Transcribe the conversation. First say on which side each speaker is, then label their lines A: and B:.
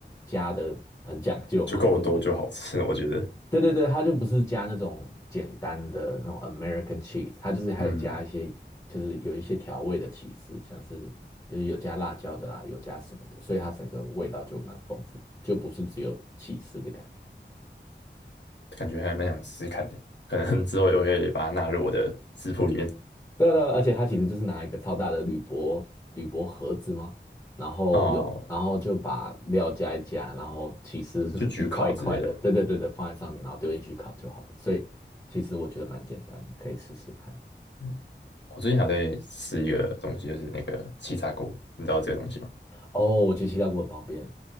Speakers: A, on the left; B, on the left.
A: 加的很讲究嘛，
B: 就够多就好吃，
A: 就是
B: 我觉得，
A: 对对对，它就不是加那种简单的那种 American cheese，它就是还有加一些，
B: 嗯，
A: 就是有一些调味的起司，像是就是有加辣椒的啦，有加什么的，所以它整个味道就蛮丰富，就不是只有起司的感觉。
B: 感觉还蛮想试试看的，可能之后也会把它纳入我的食谱里面。
A: 对啊对啊而且它其实就是拿一个超大的铝箔铝箔盒子嘛，然后有然后就把料加一加，
B: 哦，
A: 然后起司
B: 就焗烤之类的。
A: <laughs> 一块一块的，对对对对，放在上面，然后丢进去烤就好了。所以其实我觉得蛮简单的可以试试看。
B: 嗯我最近还在试一个东西，就是那个气炸锅，你知道这个东西吗？
A: 哦，我觉得气炸锅很方便。